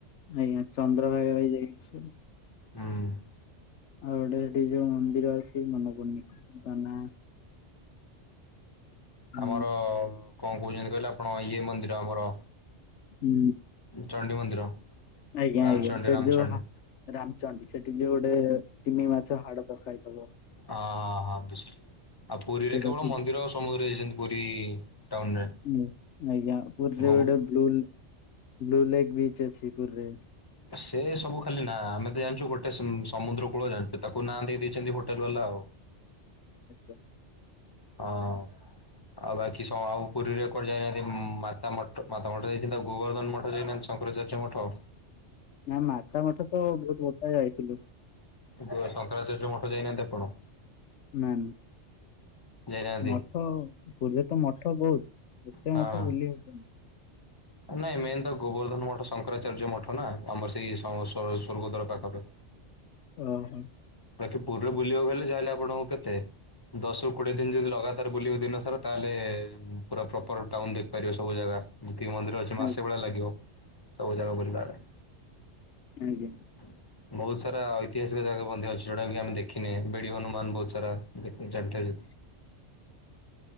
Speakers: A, on the left (about 75°); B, on the left (about 20°).
A: ଆଜ୍ଞା ଚନ୍ଦ୍ରଭାଗ ଭାଇ ଯାଇଛୁ।
B: ହୁଁ।
A: ଆଉ ଗୋଟେ ଏଠି ଯୋଉ ମନ୍ଦିର ଅଛି ମନ ପଡୁନି ତା ନା ଉଁ
B: ଆମର କଣ କହୁଛନ୍ତି କହିଲେ ଆପଣ ଇଏ ମନ୍ଦିର ଆମର
A: ହୁଁ।
B: ଚଣ୍ଡୀ ମନ୍ଦିର।
A: ଆଜ୍ଞା
B: ରାମଚଣ୍ଡୀ
A: ଆଜ୍ଞା ସେଇଠି
B: ରାମଚଣ୍ଡୀ
A: ଯୋଉ ହା ରାମଚଣ୍ଡୀ ସେଠି ଯୋଉ ଗୋଟେ ଟିମି ମାଛ ହାଡ ତ ଖାଇଥବ।
B: ଅ ହଁ ହଁ ବୁଝିଲି। ଆଉ ପୁରୀରେ
A: ସେଇଟା
B: କେବଳ
A: ଖୋଜି
B: ମନ୍ଦିର ସମୁଦ୍ରରେ ଯାଇଛନ୍ତି ପୁରୀ ଟାଉନରେ।
A: ହୁଁ ଆଜ୍ଞା ପୁରୀରେ
B: ଗୋବୁ
A: ଗୋଟେ ବ୍ଲୁ ବ୍ଲୁ ଲେକ୍ ବିଚ ଅଛି ପୁରୀରେ।
B: ସେ ସବୁ ଖାଲି ନା ଆମେ ତ ଜାଣିଛୁ ଗୋଟେ ସମୁଦ୍ର କୂଳ ଜାଣିଛୁ ତାକୁ ନାଁ ଦେଇ ଦେଇଛନ୍ତି ହୋଟେଲ ବାଲା ଆଉ।
A: <inaudible>
B: ହଁ। ଆଉ ବାକି ସ ଆଉ ପୁରୀରେ କୁଆଡେ ଯାଇନାହାନ୍ତି ମାତା ମ ମାତା ମଠ ଯାଇଛନ୍ତି ଗୋବର୍ଦ୍ଧନ ମଠ ଯାଇନାହାନ୍ତି ଶଙ୍କରାଚାର୍ଯ୍ୟ ମଠ?
A: ନା ମାତା ମଠ ତ ବହୁତ ବର୍ଷାରେ ଯାଇଥିଲୁ।
B: ଦୋ ଶଙ୍କରାଚାର୍ଯ୍ୟ ମଠ ଯାଇନାହାନ୍ତି ଆପଣ?
A: ନା ନା।
B: ଯାଇନାହାନ୍ତି
A: ମଠ ପୁରୀରେ ତ ମଠ ବହୁତ। ଏତେ
B: ହଁ।
A: ମଠ ବୁଲି ହବନି।
B: ନାଇଁ ମେନ୍ ତ ଗୋବର୍ଦ୍ଧନ ମଠ ଶଙ୍କରାଚାର୍ଯ୍ୟ ମଠ ନା। ଆମର ସେଇ ସ ସ ସ୍ୱର୍ଗଦ୍ୱାର ପାଖାପାଖି।
A: ଓହୋ।
B: ବାକି ପୁରୀରେ ବୁଲିବାକୁ ହେଲେ ଯାହେଲେ ଆପଣଙ୍କୁ କେତେ ଦଶରୁ କୋଡିଏ ଦିନ ଯଦି ଲଗାତାର ବୁଲିବୁ ଦିନ ସାରା ତାହେଲେ ପୁରା ପ୍ରପର ଟାଉନ ଦେଖିପାରିବେ ସବୁ ଜାଗା ଯେତିକି ମନ୍ଦିର ଅଛି। ଠି ମାସେ
A: ଆଜ୍ଞା
B: ଭଳିଆ ଲାଗିବ। ସବୁ ଜାଗା ବୁଲିଲା ବେଳେ।
A: ଆଜ୍ଞା।
B: ହୁଁ। ବହୁତ ସାରା ଐତିହାସିକ ଜାଗା ମଧ୍ୟ ଅଛି ଯୋଉଟାକି ଆମେ ଦେଖିନେ ବେଡି ହନୁମାନ ବହୁତ ସାରା ଦେଖି ଜାଣିଥିବେ।